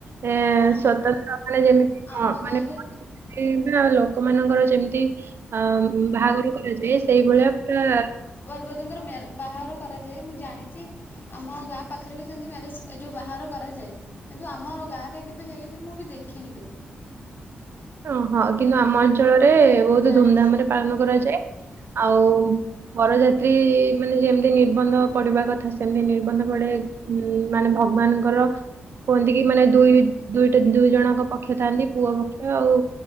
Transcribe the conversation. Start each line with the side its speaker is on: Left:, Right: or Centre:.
Right: ଏ
Left: ହଁ
Right: ସ୍ଵତନ୍ତ୍ର ମାନେ ଯେମିତି
Left: ଆମ
Right: ମ
Left: ଗାଁରେ
Right: ମାନେ କିମ୍ବା ଲୋକମାନଙ୍କର ଯେମିତି ଅ ବାହାଘର କରାଯାଏ। ସେଇଭଳିଆ ପୁରା
Left: ଯୁବତୀଙ୍କର ମ୍ୟା ବାହାଘର କରାଯାଏ, ମୁଁ ଜାଣିଛି। ଆମ ଗାଁ ପାଖରେ ବି ସେମତି ମ୍ୟାରେଜ ଯୋଉ ବାହାଘର କରାଯାଏ। କିନ୍ତୁ ଆମର ଗାଁ ରେ କେବେ ହେଇନି, ମୁଁ ବି ଦେଖିନି କେବେ।
Right: ଓହୋ କିନ୍ତୁ ଆମ ଅଞ୍ଚଳରେ ବହୁତ
Left: ଜାଣିଛି
Right: ଧୁମ୍ ଧାମ୍
Left: ସେମିତି।
Right: ରେ ପାଳନ କରାଯାଏ ଆଉ, ବରଯାତ୍ରୀ ମାନେ ଯେମିତି ନିର୍ବନ୍ଧ ପଡିବା କଥା ସେମତି ନିର୍ବନ୍ଧ ପଡେ। ହୁଁ ମାନେ ଭଗବାନଙ୍କର କୁହନ୍ତି କି ମାନେ ଦୁଇ ଦୁଇଟା ଦୁଇ ଜଣଙ୍କ ପକ୍ଷ ଥାନ୍ତି ପୁଅ ପକ୍ଷ, ଆଉ